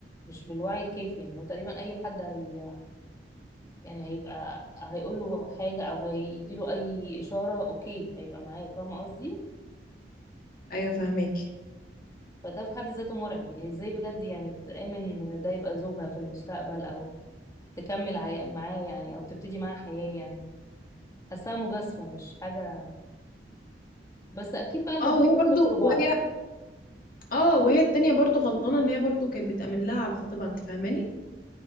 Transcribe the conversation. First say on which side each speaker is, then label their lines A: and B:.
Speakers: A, on the left; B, on the left.
A: مش بالوعي الكافي يعني هو تقريبا اي حد هي يعني هيبقى هيقول له حاجه او هيديله اي اشاره اوكي هيبقى معاه فاهمه قصدي
B: ايوه فهماكي
A: فده في حد ذاته مرعب يعني ازاي بجد يعني تامن ان ده يبقى زوجها في المستقبل او تكمل عي- معاه يعني او تبتدي معاه حياه يعني حاساها مجازفه مش حاجه بس اكيد بقى البنتين
B: اه وهي
A: دول
B: برضو
A: خسروا بعض
B: وهي اه وهي التانية برضو غلطانه ان هي برضو كانت بتأمن لها على خطيبها انت فاهماني